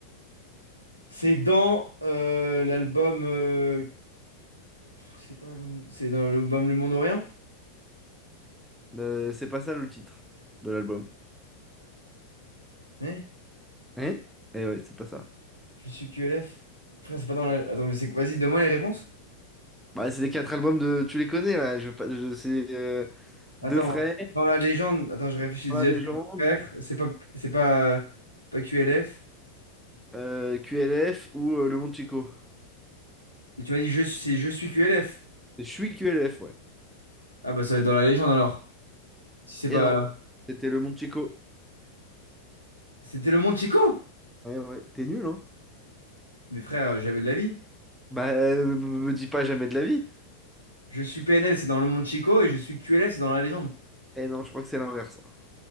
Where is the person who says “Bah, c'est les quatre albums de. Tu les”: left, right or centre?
Centre